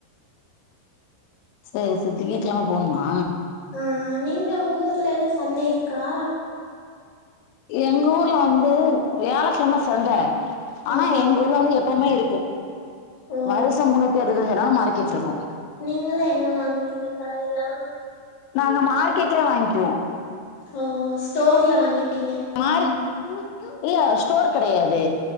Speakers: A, on the left; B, on the left.
A: செரி செரி திங்ககெழம போணுமா
B: ஆ நீங்க உங்க ஊர்ல எல்லா சந்தை இருக்கா
A: எங்க ஊர்ல வந்து வியாழக்கிழம சந்த ஆனா
B: ம்
A: எங் ஊர்ல வந்து எப் ப்போமே இருக்கு
B: ஓ
A: வருஷ முண்ணுத்தி அறுவத்தி அஞ்சு நாளு மார்க்கெட் இருக்கு
B: நீங்கல்லா எங்க வாங்குவீங்க காய் எல்லா
A: நாங்க மார்க்கெட்லய வாங்கிவோ
B: ஓ ஸ்டோர்ல வாங்கிப்பீங்க
A: மார்க்
B: ம்
A: இல்ல ஸ்டோர் கெடையாது